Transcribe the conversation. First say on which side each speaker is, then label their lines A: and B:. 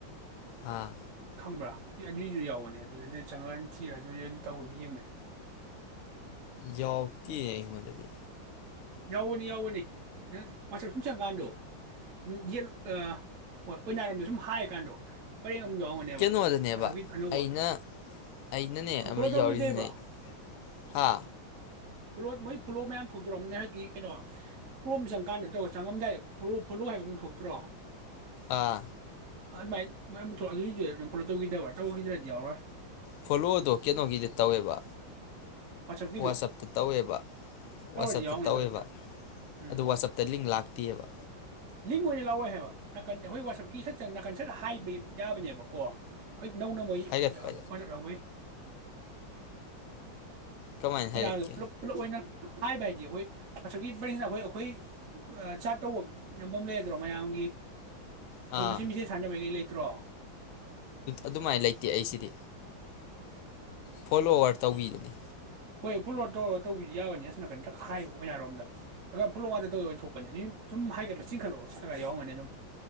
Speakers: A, on the left; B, on the right.
A: ꯑꯥ
B: ꯈꯪꯕ꯭ꯔ ꯑꯗꯨ ꯑꯗꯨꯏꯁꯨ ꯌꯥꯎꯕꯅꯦ ꯑꯗꯨꯗ ꯆꯪꯉ ꯊꯤꯔ ꯑꯗꯨ ꯇꯧꯕꯅꯤ ꯌꯦꯡꯕꯅꯦ
A: ꯌꯥꯎ ꯀ ꯃꯗꯤ
B: ꯌꯥꯎꯔꯅꯤ ꯌꯥꯎꯒꯅꯤ ꯅꯪ ꯋꯥꯆꯞ ꯁꯨꯝ ꯆꯪꯀꯥꯟꯗꯣ ꯁꯨꯝ ꯌꯦ ꯍꯣꯏ ꯑꯣꯏꯔꯣꯗꯣ ꯁꯨꯝ ꯍꯥꯏꯔ ꯀꯥꯟꯗꯣ ꯄꯔꯦꯡ ꯑꯃ ꯌꯥꯎꯔꯝꯒꯅꯦꯕ
A: ꯀꯩꯅꯣꯗꯅꯦꯕ
B: ꯋꯥꯆꯞꯀꯤ ꯑꯅꯧꯕ
A: ꯑꯩꯅ ꯑꯩꯅꯅꯦ
B: ꯅꯪ
A: ꯑꯃ
B: ꯐꯣꯂꯣ ꯇꯧꯈꯤꯗ꯭ꯔꯤꯕ꯭ꯔꯣ
A: ꯌꯥꯎꯔꯤꯁꯤꯅꯦ ꯍꯥ
B: ꯐꯨꯂꯣ ꯃꯣꯏ ꯐꯨꯂꯣ ꯃꯌꯥꯝ ꯊꯧꯗꯣꯔꯑꯝꯅꯦ ꯍꯥꯏ ꯒꯤ ꯀꯩꯅꯣ ꯀ꯭ꯔꯣꯝ ꯆꯪꯀꯥꯟꯗ ꯇꯧ ꯆꯪꯉꯝꯗꯥꯏ ꯐꯂꯨ ꯐꯣꯂꯨ ꯍꯥꯏꯕ ꯑꯃ ꯊꯣꯛꯇ꯭ꯔꯣ
A: ꯑꯥ
B: ꯑꯗꯨꯃꯥꯏ ꯑꯗꯨꯏꯗꯨ ꯑꯗꯨ ꯐꯣꯂꯣ ꯇꯧꯈꯤꯗꯕ꯭ꯔ ꯇꯧꯔꯈꯤꯗ꯭ꯔꯗꯤ ꯌꯥꯎꯔꯣꯏ
A: ꯐꯣꯂꯣꯗꯣ ꯀꯩꯅꯣꯒꯤꯗ ꯇꯧꯋꯦꯕ
B: ꯋꯥꯆꯞꯀꯤꯗꯣ
A: ꯋꯥꯆꯞꯇ ꯇꯧꯋꯦꯕ
B: ꯇꯧꯔꯗꯤ
A: ꯋꯥꯆꯞꯇ
B: ꯌꯥꯎꯔꯝꯒꯅꯤ
A: ꯇꯧꯋꯦꯕ
B: ꯋꯥꯆꯞꯇ ꯎꯝ
A: ꯑꯗꯨ ꯋꯥꯆꯞꯇ ꯂꯤꯡ ꯂꯥꯛꯇꯦꯑꯕ
B: ꯂꯤꯡ ꯑꯣꯏꯅ ꯂꯥꯛꯑꯣꯏ ꯍꯥꯏꯕ ꯅꯥꯀꯟ ꯑꯩꯈꯣꯏ ꯋꯥꯆꯞꯀꯤ ꯁ ꯆꯪ ꯅꯥꯀꯟ ꯁꯠ ꯍꯥꯏꯕ ꯌꯥꯕꯅꯦꯕꯀꯣ ꯍꯣꯏ ꯅꯧꯅ ꯃꯩ
A: ꯍꯥꯏꯒꯠꯄ
B: ꯑꯣꯗꯔ ꯂꯧꯎꯋꯤ
A: ꯀꯃꯥꯏꯅ ꯍꯥꯏꯒꯠꯀꯦ
B: ꯑꯣꯏꯅ ꯄꯨꯂꯞ ꯄꯨꯜꯂꯞ ꯑꯣꯏꯅ ꯍꯥꯏꯕ ꯍꯥꯏꯗꯤ ꯑꯩꯈꯣꯏ ꯑꯁꯨꯛꯀꯤ ꯄꯦꯡꯁꯤꯅ ꯑꯩꯈꯣꯏ ꯑꯩꯈꯣꯏ ꯆꯥ ꯇꯧꯕ ꯅꯝꯕ ꯑꯃ ꯂꯩꯒꯗ꯭ꯔꯣ ꯃꯌꯥꯝꯒꯤ ꯑꯩꯈꯣꯏ
A: ꯑꯥ
B: ꯃꯁꯦꯟ ꯃꯁꯦꯟ ꯁꯥꯟꯅꯕꯩ ꯀꯩ ꯂꯩꯦ ꯀꯨꯇ꯭ꯔꯣ
A: ꯑꯗꯨꯃꯥꯏꯅ ꯂꯩꯇꯦ ꯑꯩꯁꯤꯗꯤ ꯐꯣꯂꯣꯋꯥꯔ ꯇꯧꯕꯤꯗꯨꯅꯤ
B: ꯍꯣꯏ ꯐꯣꯂꯣ ꯇꯧꯔ ꯇꯧꯕꯤꯗꯤ ꯌꯥꯕꯅꯤ ꯑꯅ ꯀꯟꯇꯛ ꯍꯥꯏꯕ ꯑꯣꯏꯅꯔꯣꯝꯗ ꯐꯣꯂꯣ ꯉꯥꯛꯇ ꯇꯧꯔ ꯊꯣꯛꯄꯅꯤ ꯑꯗꯨ ꯁꯨꯝ ꯍꯥꯏꯒꯠꯂ ꯆꯤꯟꯈꯠꯂꯛꯑꯣ ꯆ ꯌꯥꯎꯔꯝꯒꯅꯤ ꯑꯗꯨꯝ